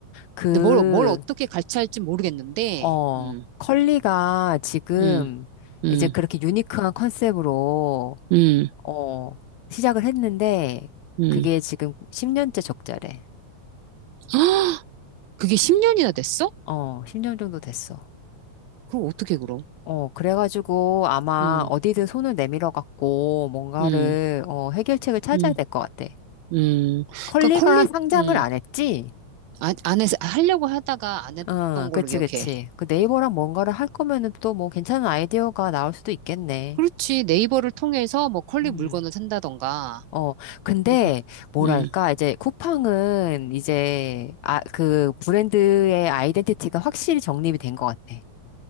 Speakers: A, on the left (about 80°); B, on the right (about 80°).
A: 그
B: 근데 뭘, 뭘 어떻게 같이 할지 모르겠는데,
A: 어,
B: 음,
A: 컬리가 지금
B: 음, 음,
A: 이제 그렇게 유니크한 컨셉으로,
B: 음,
A: 어, 시작을 했는데,
B: 음.
A: 그게 지금 10년째 적자래.
B: <gasps> 그게 10년이나 됐어?
A: 어, 10년 정도 됐어.
B: 그럼 어떻게 그럼?
A: 어, 그래가지고 아마
B: 음,
A: 어디든 손을 내밀어 갖고 뭔가를,
B: 음.
A: 어, 해결책을 찾아야
B: 음.
A: 될 것 같아.
B: 음,
A: 컬리가
B: 그러니까 콜리,
A: 상장을
B: 음,
A: 안 했지?
B: 안, 안 해서, 하려고 하다가 안 했던
A: 응,
B: 걸로
A: 그치,
B: 기억해.
A: 그치. 그 네이버랑 뭔가를 할 거면은 또 뭐 괜찮은 아이디어가 나올 수도 있겠네.
B: 그렇지. 네이버를 통해서 뭐 컬리
A: 음.
B: 물건을 산다던가,
A: 어, 근데,
B: 뭐, 그,
A: 뭐랄까,
B: 음,
A: 이제 쿠팡은 이제, 아, 그 브랜드의 아이덴티티가 확실히 정립이 된 것 같아.